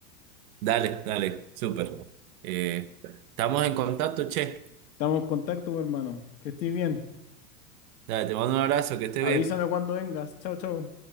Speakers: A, on the right; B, on the left.
A: Dale, dale, súper. Eh, estamos en contacto, che.
B: Estamos en contacto, hermano. Que estés bien.
A: Dale, te mando un abrazo, que estés
B: Avísame
A: bien.
B: cuando vengas. Chao, chao.